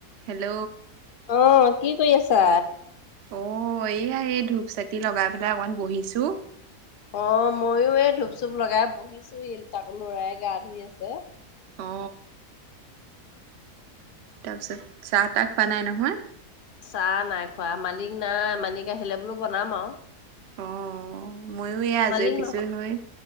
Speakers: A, on the right; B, on the left.
A: Hello.
B: অ', কি কৰি আছা?
A: অ এইয়া এই ধূপ চাকি লগাই পেলাই অকণ বহিছো।
B: অ মইো এই ধূপ চুপ লগাই বহিছো ইল তাকো লৰাই গা ধুই আছে।
A: অ তাৰপিছত চাহ তাহ খোৱা নাই নহয়?
B: চাহ নাই খোৱা মালিক নাই মালিক আহিলে বোলো বনাম আৰু
A: অ। মইো এই আজৰি
B: মালিক
A: পিজৰি
B: নহয়
A: হৈ